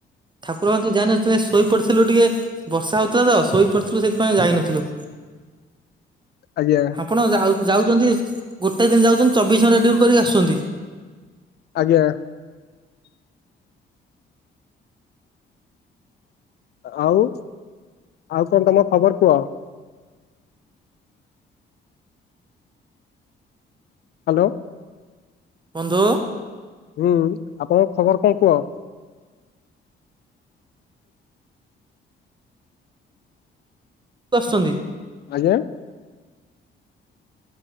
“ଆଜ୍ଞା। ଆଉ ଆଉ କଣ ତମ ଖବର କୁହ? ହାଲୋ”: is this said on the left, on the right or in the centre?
Left